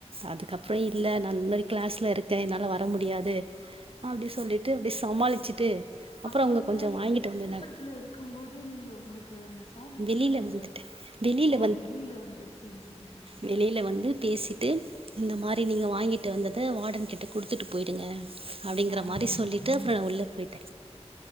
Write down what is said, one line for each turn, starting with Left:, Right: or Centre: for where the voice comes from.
Right: அதுக்கப்புறோ இல்ல நா இந்த மாதிரி கிளாஸ்ல இருக்கே என்னால வர முடியாது அப்டி சொல்லிட்டு அப்டி சமாளிச்சுட்டு அப்றோ
Left: அப்போ
Right: அவங்க
Left: நீங்க
Right: கொஞ்சோ வாங்கிட்டு
Left: திரைப்படத்துல
Right: வந்திருந்தாங்க
Left: இருக்கு போது நீங்க உங்குளுக்கு இந்த சவுன்டு கேட்டு
Right: வெளியில
Left: அந்த
Right: வந்துட்டே வெளியில
Left: ஓ வெளீல வந்து செரி செரி செரி
Right: வெளில வந்து பேசிட்டு இந்த மாரி நீங்க வாங்கிட்டு வந்தத வார்டன்கிட்ட குடுத்துட்டு போயிடுங்க அப்டீங்கற
Left: நா வந்து
Right: மாரி
Left: வாங்கிக்கிறே
Right: சொல்லிட்டு அப்றோ நா உள்ள போயிட்ட